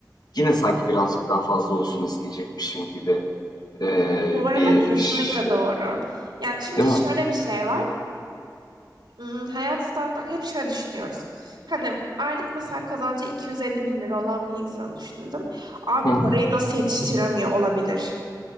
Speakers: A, on the left; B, on the right.
A: yine sanki birazcık daha fazla olsun isteyecekmişim gibi e,
B: Bu arada
A: bir
B: kesinlikle
A: şey
B: doğru. Ya çünkü
A: değil mi?
B: şöyle bir şey var. Hmm, hayat standartları hep şöyle düşünüyoruz. Hani aylık mesela kazancı 250 bin lira olan bir insanı düşünelim. Abi
A: Hı
B: parayı
A: hı.
B: nasıl yetiştiremiyor olabilir?